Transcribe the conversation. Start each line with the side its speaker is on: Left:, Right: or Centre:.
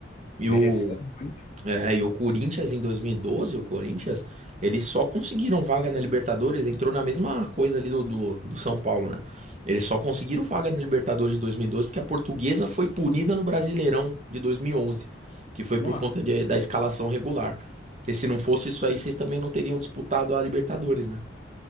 Right: E
Left: mereceu
Right: o,
Left: muito.
Right: É, e o Corinthians em 2012, o Corinthians, eles só conseguiram vaga na Libertadores, entrou na mesma coisa ali do, do, do São Paulo, né? Eles só conseguiram vaga na Libertadores de 2012 porque a Portuguesa foi punida no Brasileirão de 2011, que foi
Left: Nossa,
Right: por conta de- da escalação regular. Porque se não fosse isso aí, vocês também não teriam disputado a Libertadores, né?